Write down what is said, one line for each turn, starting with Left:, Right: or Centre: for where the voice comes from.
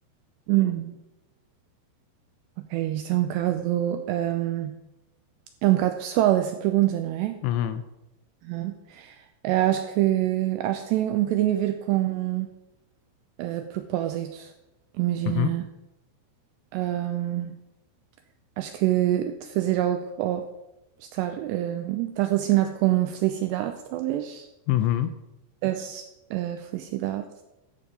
Right: Hum. Ok, isto é um bocado, hum, é um bocado pessoal essa pergunta, não é?
Left: Uhum,
Right: Aham. Eu Acho que, acho que tem um bocadinho a ver com eh, propósito. Imagina,
Left: uhum,
Right: hum, acho que de fazer algo ou estar, hum, está relacionado com felicidade, talvez.
Left: uhum,
Right: Sucesso, eh, felicidade.